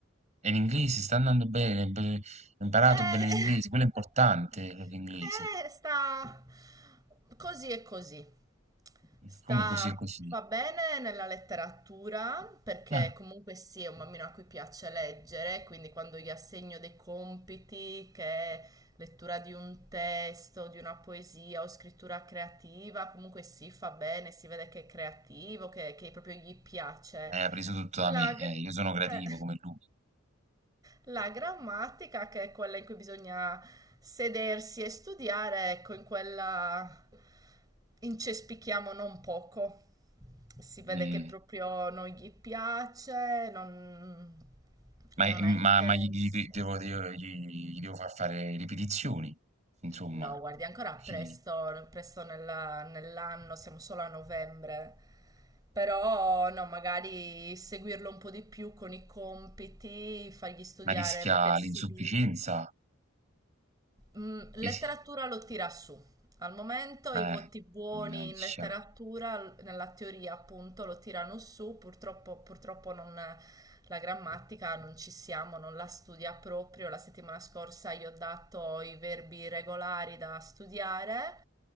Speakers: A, on the right; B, on the right.
A: e l'inglese sta andando bene, be- ha imparato
B: Eh,
A: bene l'inglese, quello è importante
B: <laughs>
A: l'inglese,
B: eh, sta così e così. Sta,
A: come così e così.
B: fa bene nella letteratura perché
A: Ah.
B: comunque sì, è un bambino a cui piace leggere, quindi quando gli assegno dei compiti, che è lettura di un testo, di una poesia o scrittura creativa, comunque sì, fa bene, si vede che è creativo, che, che proprio gli piace.
A: Eh, ha preso tutto
B: La...
A: da me,
B: gra-
A: eh, io sono creativo
B: eh.
A: come lui.
B: La grammatica, che è quella in cui bisogna sedersi e studiare, ecco, in quella incespichiamo non poco. Si vede
A: Mm,
B: che proprio non gli piace, non,
A: ma
B: non
A: ma-
B: ha interesse.
A: ma gli, gli devo, devo- gli- gli devo far fare ripetizioni, insomma,
B: No, guardi, ancora
A: perché-
B: presto, presto nella- nell'anno, siamo solo a novembre. Però no, magari seguirlo un po' di più con i compiti, fargli studiare,
A: ma rischia
B: mettersi
A: l'insufficienza,
B: lì. Mm, letteratura
A: rischia,
B: lo tira su. Al momento
A: eh,
B: i voti buoni
A: mannaggia.
B: in letteratura, l- nella teoria appunto, lo tirano su. Purtroppo, purtroppo non, la grammatica non ci siamo, non la studia proprio. La settimana scorsa gli ho dato i verbi regolari da studiare